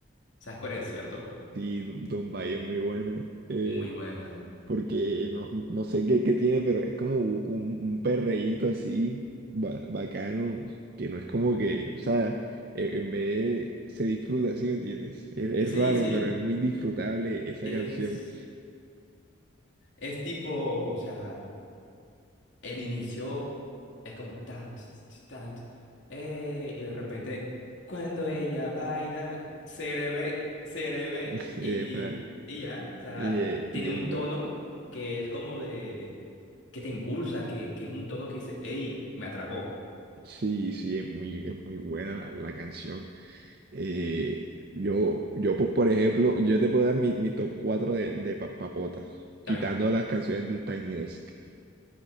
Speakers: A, on the left (about 70°); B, on the right (about 50°).
A: ¿Sabes cuál es, cierto?
B: sí, don Dumbai es muy buena. eh,
A: Es muy buena.
B: porque no, no sé qué, qué tiene, pero es como un, un- un perreíto así, ba- bacano, que no es como que, o sea, e- en vez de- se disfruta, ¿sí me entiendes? Es, es
A: Sí, sí,
B: raro,
A: sí.
B: pero es muy disfrutable esa
A: Es,
B: canción.
A: es tipo, o sea, el inicio es como tan, ts, ts, tan, ts, eh, y de repente, cuando ella baila, se le ve, se le ve,
B: <laughs> eh,
A: y,
B: pa-
A: y ya, o sea,
B: y, eh,
A: tiene
B: y es
A: un
B: mu-
A: tono que es como de, que te impulsa, que, que es un tono que dice, hey, me atrapó,
B: Sí, sí, es muy, es muy buena la, la canción. Eh, yo, yo, pues, por ejemplo, yo te puedo dar mi, mi top 4 de, de Pa- Papota,
A: está
B: quitando
A: bien,
B: las canciones del Tiny Desk.